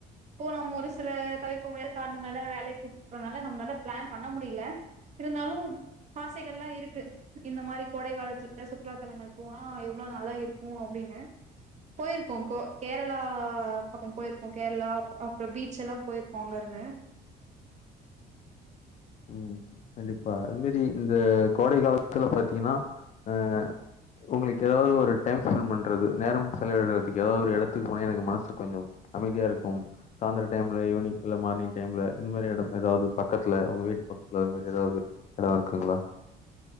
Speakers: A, on the right (about 45°); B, on the left (about 45°).
A: இப்போ நம்ம ஒரு சில தவிர்க்க முடியாத காரணங்களால வேலைக்கு போறனால நம்ளால பிளான் பண்ண முடியல இருந்தாலு ஆசைகள்லா இருக்கு இந்த மாரி கோடை காலத்துல சுற்றுலாத்தலங்கள் போனா எவ்ளோ நல்லா இருக்கு அப்டினு போயிர்க்கோ கோ கேரளா பக்கொ போயிர்க்கோ கேர்ளா அப்றொ பீச்செலா போயிர்க்கோ அங்கருனு
B: ம் கண்டிப்பா அதுமேரி இந்த கோடை காலத்துல பாத்தீங்கன்னா அ உங்களுக்கு ஏதாவது ஒரு டைம் ஸ்பெண்ட் பண்றது நேரம் செலவிடுறதுக்கு ஏதாவது ஒரு இடத்துக்கு போனா எனக்கு மனசு கொஞ்சம் அமைதியா இருக்கும் சாயந்தர டைம்ல ஈவினிங் இல்ல மார்னிங் டைம்ல இந்த மாரி எடம் ஏதாவது பக்கத்துல உங்க வீட் டுக்கு பக்கத்துல இது மாரி ஏதாவது எடம் இருக்குங்களா